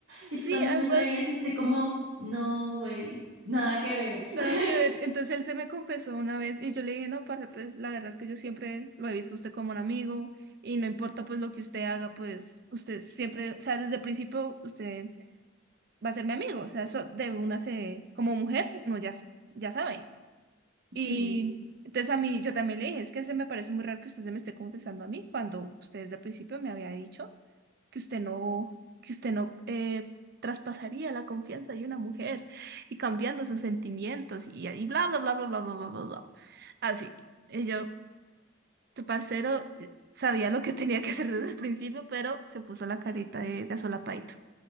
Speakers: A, on the right; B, on the right.
A: Y
B: Sí,
A: tú también
B: algo
A: me traías
B: así,
A: y usted como, no, güey, nada que ver.
B: nada
A: <laughs>
B: que ver. Entonces él se me confesó una vez y yo le dije, no, parce, pues la verdad es que yo siempre lo he visto a usted como un amigo y no importa pues lo que usted haga, pues usted siempre, o sea, desde el principio usted va a ser mi amigo, o sea, eso de una se, como mujer, no ya, s- ya sabe. Y
A: Sí, sí, sí.
B: entonces a mí, yo también le dije, es que se me parece muy raro que usted se me esté confesando a mí cuando usted desde el principio me había dicho que usted no, que usted no eh, traspasaría la confianza de una mujer y cambiando sus sentimientos y, y bla, bla, bla, bla, bla, bla, bla, bla, bla. Así. Y yo, tu parcero y- sabía lo que tenía que hacer desde el principio, pero se puso la carita de, de solapaito.